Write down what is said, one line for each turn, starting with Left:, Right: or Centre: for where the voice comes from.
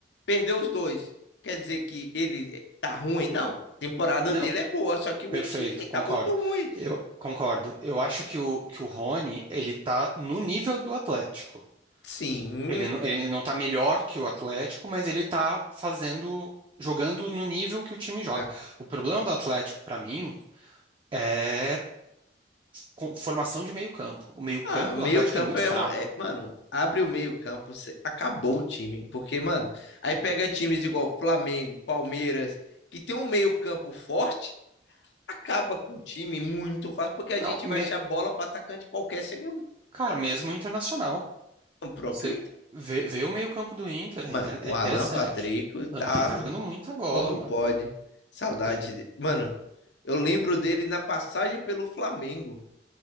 Left: perdeu os dois. Quer dizer que ele tá ruim? Não. A temporada
Right: Não,
Left: dele é boa, só que o
Right: perfeito,
Left: time tá
Right: concordo.
Left: muito ruim.
Right: Eu concordo. Eu acho que o, que o Rony, ele tá no nível do Atlético.
Left: Sim.
Right: Ele, não- ele não tá melhor que o Atlético, mas ele tá fazendo, jogando no nível que o time joga.
Left: Ah,
Right: O problema do Atlético, pra mim, é com- formação de meio campo. O meio campo
Left: Ah, meio
Right: do Atlético
Left: campo
Right: é muito
Left: é,
Right: fraco.
Left: um, é- Mano, abre o meio campo, cê- acabou o time. Porque, mano, aí pega times igual Flamengo, Palmeiras, que tem um meio campo forte, acaba com o time muito fácil, porque a gente
Right: Não, me-
Left: vai achar bola para atacante qualquer segundo.
Right: cara, mesmo o internacional.
Left: O próprio
Right: Você
Left: Inter.
Right: vê, vê o meio campo do Inter,
Left: Mano,
Right: é, inter-
Left: o
Right: é interessante.
Left: Alan Patrico tá
Right: O Alan Patrick tá jogando muita bola,
Left: como
Right: mano.
Left: pode. Saudade.
Right: Tá jogando.
Left: de- Mano, eu lembro dele na passagem pelo Flamengo.